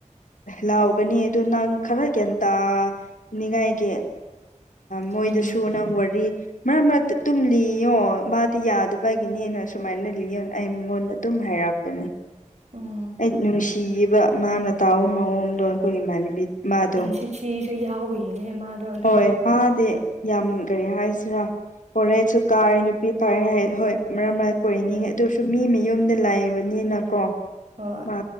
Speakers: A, on the left; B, on the right.
A: ꯂꯥꯎꯒꯅꯤ ꯑꯗꯨ ꯅꯪ ꯈꯔ ꯒ꯭ꯦꯟ ꯇꯥꯅꯤꯉꯥꯏꯒꯤ ꯃꯣꯏꯗꯁꯨ
B: ꯎꯝ
A: ꯅꯪ ꯋꯥꯔꯤ ꯃꯔꯛ ꯃꯔꯛ ꯇꯨꯝꯂꯤꯉꯣ ꯃꯥꯗꯤ ꯌꯥꯗ ꯑꯩꯒꯤꯅꯦꯅ ꯁꯨꯃꯥꯏꯅ ꯂꯤꯣꯟ ꯑꯩ ꯃꯉꯣꯟꯗ ꯑꯗꯨꯝ ꯍꯥꯏꯔꯛꯄꯅꯦ
B: ꯎꯝ
A: ꯑꯩ ꯅꯨꯡꯁꯤꯈꯤꯕ ꯃꯥꯅ ꯇꯥꯎꯕ ꯃꯑꯣꯡꯗꯣ ꯑꯩꯈꯣꯏꯒꯤ ꯏꯃꯥꯟꯅꯕꯤ ꯃꯥꯗꯣ
B: ꯑꯦꯟ ꯁꯤ ꯁꯤꯁꯨ ꯌꯥꯎꯕꯒꯤꯅꯦ ꯃꯥꯗꯣ ꯑꯗꯨꯗ
A: ꯍꯣꯏ ꯃꯥꯗꯤ ꯌꯥꯝ ꯀꯔꯤ ꯍꯥꯏꯁꯤꯔꯥ ꯀꯣꯂꯦꯖꯁꯨ ꯀꯥꯔꯦ ꯅꯨꯄꯤ ꯐꯔꯦ ꯍꯣꯏ ꯃꯔꯛ ꯃꯔꯛ ꯀꯣꯏꯅꯤ
B: ꯎꯝ
A: ꯑꯗꯨꯁꯨ ꯃꯤ ꯃꯌꯨꯝꯗ ꯂꯥꯛꯑꯕꯅꯤꯅꯀꯣ
B: ꯍꯣꯏ
A: ꯃꯥ